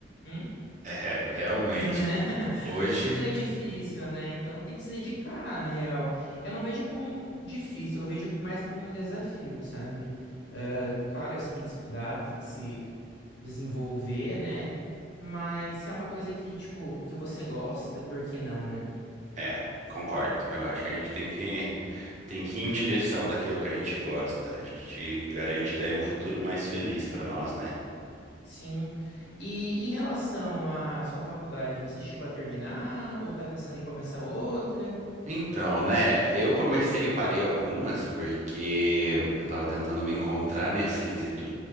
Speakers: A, on the left; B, on the right.
A: Hum?
B: É, <laughs> realmente.
A: né? <laughs>
B: Hoje,
A: Tudo é difícil, né? Então tem que se dedicar, na real. Eu não vejo como difícil, eu vejo mais como um desafio, sabe? Ah, claro, você tem que estudar, tem que se desenvolver, né? Mas se é uma coisa que, tipo, que você gosta, por que não, né?
B: é, concordo. Eu acho que a gente tem que, tem que ir em direção daquilo que a gente gosta. A gente garante daí um futuro mais feliz para nós, né?
A: Sim. E em relação à sua faculdade, você chegou a terminar ou tá pensando em começar outra?
B: Então, né, eu comecei e parei algumas porque eu tava tentando me encontrar nesse quesito